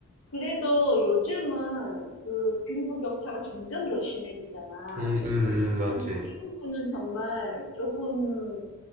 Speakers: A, on the left; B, on the right.
A: 그래도 요즘은 그 빈부격차가 점점 더 심해지잖아.
B: 음, 음, 음, 맞지.
A: 나는 이 부분은 정말 조금